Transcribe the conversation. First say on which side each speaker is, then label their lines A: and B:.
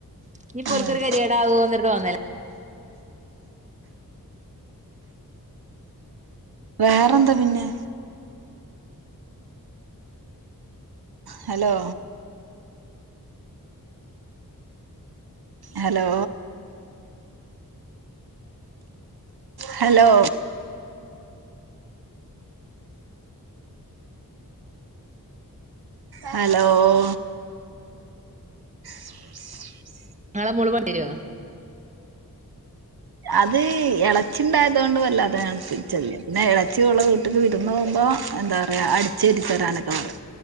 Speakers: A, on the right; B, on the right.
A: നീ പോലക്കരു
B: ആണ്
A: കരിയട ആകന്ന്ിട്ട് തോന്നല്ലേ
B: വേറെന്താ പിന്നെ ഹലോ ഹലോ ഹലോ ഹലോ ശ്ചിവി വി
A: നാളെ മൂള് വണ്ടി വരോ
B: അത് എള ച്ചി ഉണ്ടായതുകൊണ്ട് വല്ലാതെ ഞാൻ പിജലില്ല പിന്നെഎളേ ച്ചി ഓളെ വീട്ടിക്‌ വിരുന്ന് പോകുമ്പോൾ എന്താ പറയാ അടിച്ചരിത്തരാനൊക്കെ പറിം